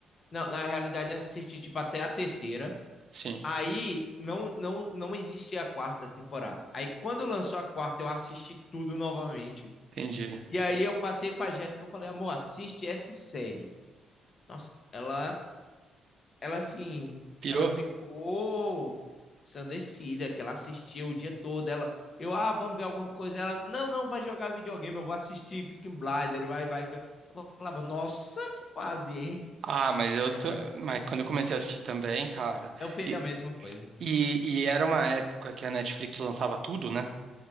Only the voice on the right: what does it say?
Sim,
entendi.
Pirou?
Ah, mas eu
tô,
mas quando eu comecei a assistir também, cara,
e,
e, e era uma época que a Netflix lançava tudo, né?